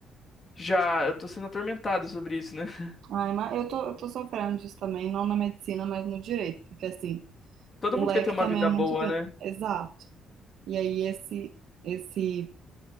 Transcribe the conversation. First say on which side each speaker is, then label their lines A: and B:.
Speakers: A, on the left; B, on the right.
A: já eu tô sendo atormentado sobre isso, né? <laughs>
B: Ai, mas eu tô, eu tô sofrendo disso também, não na medicina, mas no direito, porque assim,
A: Todo
B: o
A: mundo
B: leque
A: quer ter uma
B: também
A: vida
B: é muito
A: boa,
B: grande.
A: né?
B: Exato. E aí esse, esse